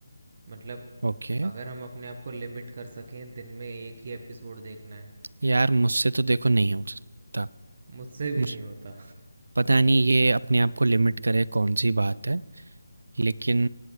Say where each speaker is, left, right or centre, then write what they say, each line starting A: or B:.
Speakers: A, on the right; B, on the right.
A: मतलब
B: ओके,
A: अगर हम अपने आप को लिमिट कर सकें दिन में एक ही एपिसोड देखना है
B: यार मुझसे तो देखो नहीं हो सकता।
A: मुझसे भी
B: मुझ
A: नहीं होता
B: पता नहीं ये अपने आप को लिमिट करे कौन-सी बात है, लेकिन